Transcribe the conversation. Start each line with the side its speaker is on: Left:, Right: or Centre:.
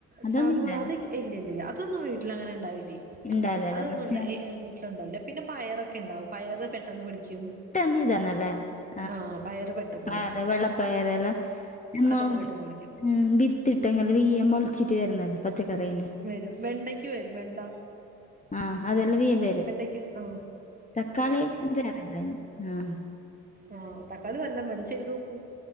Left: അതൊന്നും
Right: സവോള
Left: ഇല്ല
Right: അത ഇല്ലല്ല അതൊന്നും വീട്ടിൽ അങ്ങനെ ഇണ്ടാവില്ലേ
Left: ഇണ്ടാവില്ലല്ലോ.
Right: അതൊന്നും
Left: പച്ച
Right: ഇണ്ട ണ്ടാവില്ല പിന്നെ പയറൊക്കെ ഇണ്ടാവും പയറ് പെട്ടെന്ന് പിടിക്കും.
Left: <unintelligible>
Right: ആ പയറ് പെട്ടെന്ന് പിടിക്കും
Left: ആ വെള്ളപ്പയറെല്ലാം നമ്മ
Right: അതൊക്കെ പെട്ടെന്ന് പിടിക്കും
Left: ഉം ബിത്തിട്ടയ്ഞ്ഞ വെയ്യ മൊളിച്ചിട്ട് വരുന്നല പച്ചക്കറിന്റെ
Right: വരും വെണ്ടയ്ക്ക് വരും. വെണ്ട
Left: ആഹ് അതെല്ലാം വീയെ വരും.
Right: വെണ്ടയ്ക്ക് ആഹ
Left: തക്കാളി <unintelligible> ആ
Right: ആഹ് തക്കാളി നല്ലോവരും ചെയ്തോക്കൂ